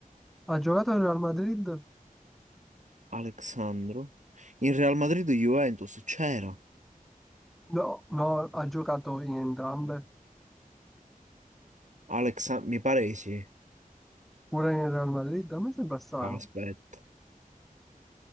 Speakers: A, in the centre; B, on the right (about 55°).
A: ha giocato in Real Madrid?
B: Alexandro. In Real Madrid Juventus c'era.
A: No, no, ha giocato in entrambe.
B: Alexa- mi pare di sì.
A: Pure in Real Madrid? A me sembra strano.
B: Ah, Aspetta.